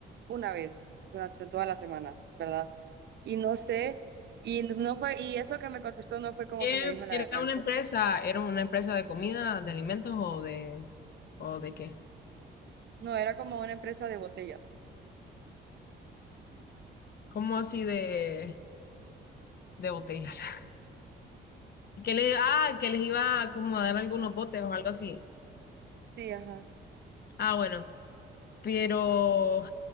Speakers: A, on the right; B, on the left.
A: una vez durante toda la semana, ¿verdad? Y no sé, y no fue, y eso que me contestó no fue como
B: ¿Qué
A: que me dijo la
B: era
A: gran
B: una
A: cosa,
B: empresa? ¿Era una empresa de comida, de alimentos o de o de qué?
A: no, era como una empresa de botellas.
B: ¿Cómo así de de botellas? <laughs> Que le, ah, que les iba a como a dar algunos botes o algo así.
A: Sí, ajá.
B: Ah, bueno, pero